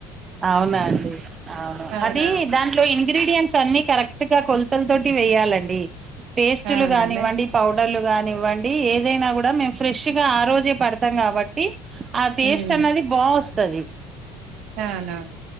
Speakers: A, on the right (about 25°); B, on the right (about 70°).
A: అవునా అండి అవును
B: అవునా
A: అది దాంట్లో ఇంగ్రీడియంట్స్ అన్ని కరెక్ట్ గా కొలతల తోటి వేయాలండి పేస్టులు
B: అవునండి
A: గానివండి పౌడర్లు గానివ్వండి ఏదైనా కూడా మేము ఫ్రెష్ గా ఆ రోజే పడతాం కాబట్టి ఆ పేస్ట్
B: ఉమ్
A: అన్నది సరే
B: అవునా